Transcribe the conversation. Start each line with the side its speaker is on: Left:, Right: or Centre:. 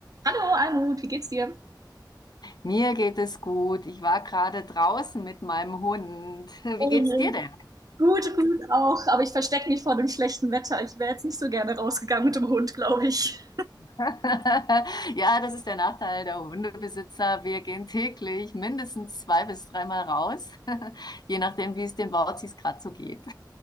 Right: Hallo Almut, wie geht's dir?
Left: Mir geht es gut. Ich war gerade draußen mit meinem Hund. <laughs> Wie
Right: Oh
Left: geht's
Right: je.
Left: dir denn?
Right: Gut, gut auch, aber ich verstecke mich vor dem schlechten Wetter. Ich wäre jetzt nicht so gerne rausgegangen mit dem Hund, glaube ich.
Left: <laughs> Ja, das ist der Nachteil der Hundebesitzer. Wir gehen täglich mindestens zwei bis dreimal raus, <laughs> je nachdem, wie es den Wauzis gerade so geht.